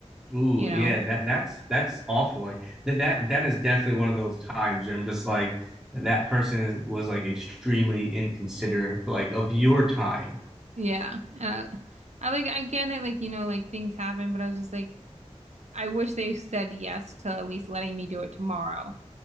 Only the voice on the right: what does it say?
you
know?
Yeah. And I, I like, I get it, like, you know, like things happen, but I was just like, I wish they said yes to at least letting me do it tomorrow.